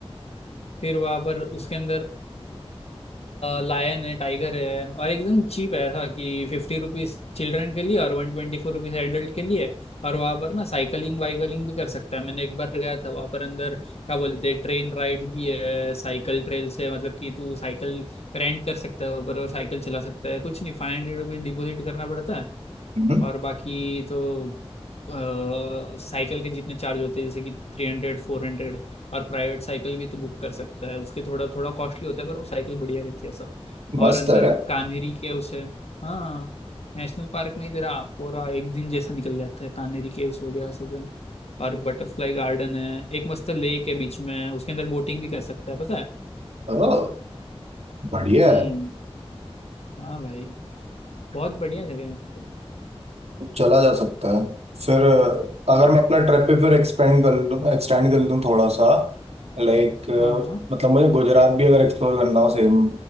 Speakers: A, on the left; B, on the right.
A: फिर वहाँ पर उसके अंदर लायन है टाइगर है और एकदम चीप है ऐसा कि फिफ्टी रुपीज चिल्ड्रन के लिए और वन ट्वेंटी फोर रुपीज एडल्ट के लिए और वहाँ पर ना साइकिलिंग वाइकलिंग भी कर सकता है मैंने एक बार गया था वहाँ पर अंदर क्या बोलते हैं ट्रेन राइड भी है साइकिल ट्रेल से मतलब कि तू साइकिल रेंट कर सकता है वहाँ पर और साइकिल चला सकता है कुछ नहीं फाइव हंड्रेड रुपीज डिपोजिट करना पड़ता है
B: हम्म,
A: और बाकी तो अ, साइकिल के जितने चार्ज होते हैं जैसे कि थ्री हंड्रेड फोर हंड्रेड और प्राइवेट साइकिल भी तो बुक कर सकता है उसके थोड़ा थोड़ा कॉस्टली होता है पर वो साइकिल बढ़िया रहती है सब
B: मस्त
A: और अंदर
B: है रे
A: कान्हेरी के उसे हाँ नेशनल पार्क में ही तेरा पूरा एक दिन जैसा निकल जाता है कान्हेरी केव्स हो गया सब है। और बटरफ्लाई गार्डन है एक मस्त लेक है बीच में उसके अंदर बोटिंग भी कर सकता है पता है
B: ओ, बढ़िया
A: हम्म
B: है
A: हाँ भाई बहुत बढ़िया जगह है
B: चला जा सकता है फिर अ, अगर
A: हम्म
B: मैं अपना ट्रिप पे फिर एक्सपेंड कर लूँ एक्सटेंड कर लूँ थोड़ा सा लाइक
A: हाँ
B: मतलब मुझे गुजरात भी अगर एक्सप्लोर करना हो सेम